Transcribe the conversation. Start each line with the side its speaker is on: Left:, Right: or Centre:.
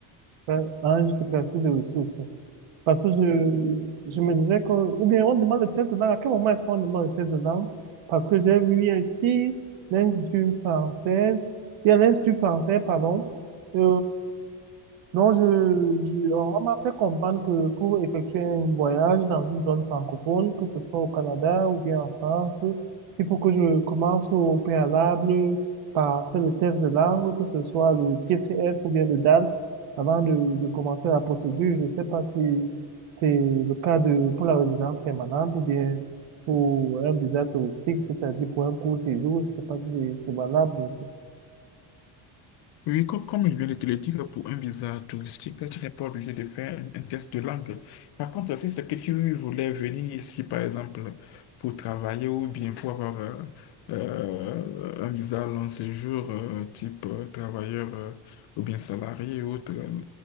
Right: ah hein, j'étais placé de ressources. Parce que je, je me disais que, ou bien on demande le test de langue. À quel moment est-ce qu'on demande le test de langue? Parce que j'ai vu ici l'Institut français, il y a l'Institut français, pardon, e, donc je, je- on m'a fait comprendre que pour effectuer un voyage dans une zone francophone, que ce soit au Canada ou bien en France, il faut que je commence au préalable par faire le test de langue, que ce soit le TCF ou bien le DAL, avant de, de commencer la procédure. Je ne sais pas si c'est le cas de, pour la résidence permanente ou bien pour un visa touristique, c'est-à-dire pour un court séjour. Je ne sais pas si c'est c'est valable aussi.
Left: Oui, co- comme je viens de te le dire, pour un visa touristique, tu n'es pas obligé de faire un, un test de langue. Par contre, si c'est que tu voulais venir ici, par exemple, pour travailler ou bien pour avoir euh, euh, un visa long séjour, euh, type euh, travailleur euh, ou bien salarié ou autre, euh,